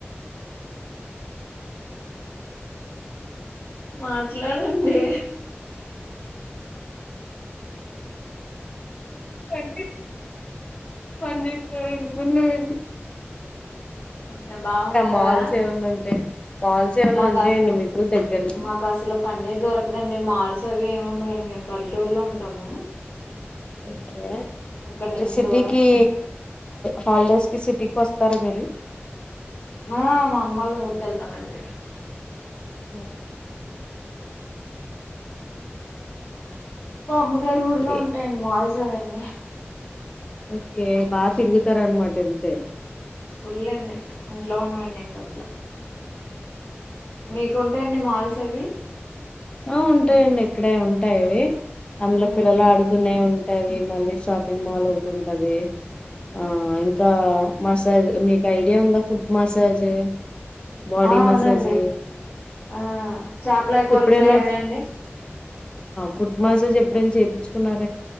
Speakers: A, on the left; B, on the left.
A: మాట్లాడండి
B: పన్నీర్ పన్నీర్ కూర వండుకున్నామండీ
A: ఓకే బాగ వండుతారా
B: మాల్స్ ఏమన్నా ఉంటాయి మాల్స్ ఏమన్నా
A: మాకు
B: ఉంటాయండి
A: అసలు
B: మీకు దగ్గరలో
A: మాకు అసలు పన్నీర్ దొరకదండి మాల్స్ అవి ఏమి ఉండవండి మేము పల్లెటూరులో ఉంటాము
B: ఓకే
A: ఇక్కడ నుంచి
B: సిటీకి
A: దూరం
B: హాలిడేస్ కి సిటీకి వస్త వత్తారా మీరు
A: ఆ మా అమ్మ వాళ్ళ ఊరికి వెళ్తామండి
B: హ
A: మా అమ్మగారు ఊర్లో
B: ఏ
A: ఉంటాయండి మాల్స్ అవన్నీ
B: ఓకే బా తిరుగుతార అన్నమాట అయితే
A: ఫుల్ అండి ఇంట్లో ఉండవుండమండి ఇంకా అసలు మీకు ఉంటాయా అండి మాల్స్ అవి
B: ఆ ఉంటాయండి ఇక్కడే ఉంటాయివి అందులో
A: ఉమ్
B: పిల్లలు ఆడుకునేవి అవి మళ్ళీ షాపింగ్ మాల్ ఒకటి ఉంటంది ఆ ఇంకా మసాజ్ మీకు ఐడియా ఉందా ఫుడ్ మసాజ్ బాడి
A: ఆ అవునండి
B: మసాజ్
A: ఆ చేపలు అవి కొరుకుతాయి
B: ఎపుడైనా
A: కదండి
B: ఫుట్ మసాజ్ ఎప్పుడైనా చేపిచుకున్నారా